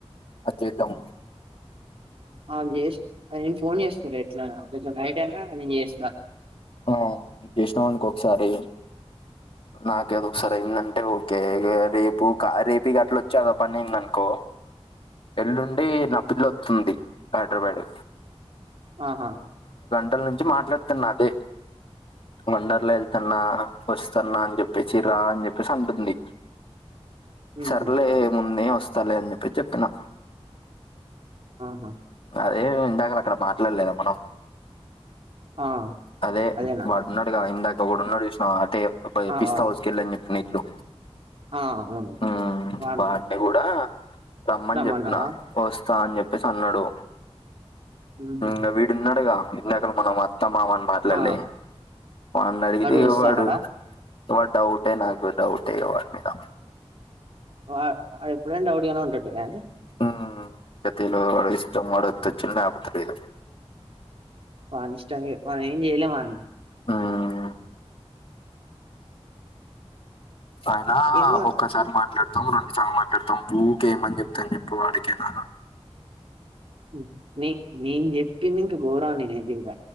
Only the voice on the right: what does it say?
ఆ అవ్ చేస్ నేన్ ఫోన్ చేస్తా ఎట్లైన కొంచం నైట్ అయినా నేన్ చేస్తా
ఆహా
ఉహు
ఆహా
ఆ
అదేనా
ఆ
ఆ
ఆ! అవును
వాన్
రమ్మన్నావా
ఉహు
ఆ
వస్తా
అన్నాడా
వా వాడేప్పుడైనా డౌట్గానే ఉండట్లే గానీ
వని ఇష్టం ఇగా మనం ఏం చేయలేం వన్
ఎందుకు అట్లా
మ్ నే నేను చెప్పింది ఇంక గోరం నేనైతింక